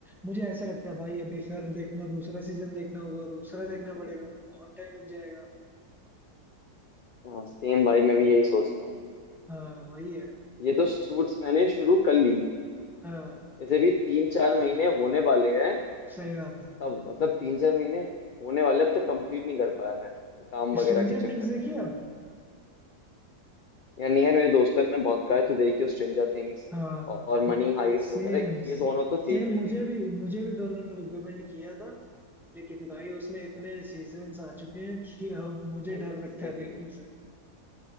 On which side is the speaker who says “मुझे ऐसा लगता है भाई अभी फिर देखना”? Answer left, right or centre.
Centre